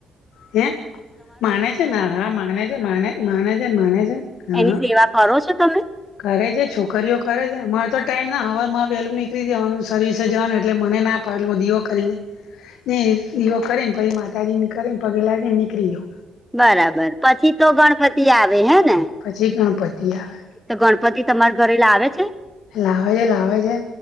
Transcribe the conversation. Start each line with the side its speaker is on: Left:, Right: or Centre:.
Left: હેં! માને છે ને? હ.. હા, માને છે માને માને છે માને છે. ને
Centre: એની
Left: હા
Centre: સેવા કરો છો તમે?
Left: કરે છે. છોકરીઓ કરે છે. મારે તો ટાઈમ ના હવારમાં વહેલું નીકળી જવાનું સર્વિસે જવાનું એટલે મને ના પેલો દીઓ કરીને. ને દિવો કરે ને પછી માતાજી ને કરે ને પગે લાગે ને નીકરી જઉ.
Centre: બરાબર, પછી તો ગણપતિ આવે હેં ને?
Left: પછી ગણપતિ આવે.
Centre: તો ગણપતિ તમારા ઘરે લાવે છે?
Left: લાવે છે, લાવે છે